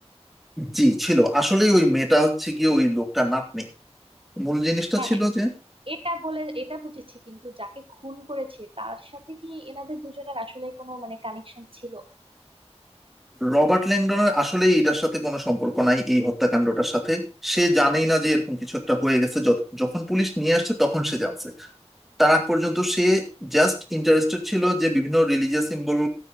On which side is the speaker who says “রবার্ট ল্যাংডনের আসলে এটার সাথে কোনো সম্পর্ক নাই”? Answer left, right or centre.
Centre